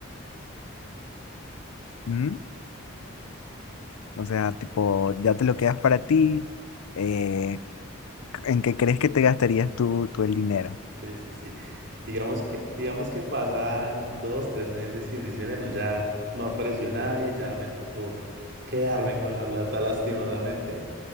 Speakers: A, on the left; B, on the right.
A: ¿Mm? O sea, tipo, ya te lo quedas para ti. eh, ¿En qué crees que te gastarías tú, tú el dinero?
B: Sí, sí, sí. Digamos que, digamos que pasan dos, tres meses y uno dice, bueno, ya no apareció nadie, ya me tocó quedarme con la plata, lastimosamente.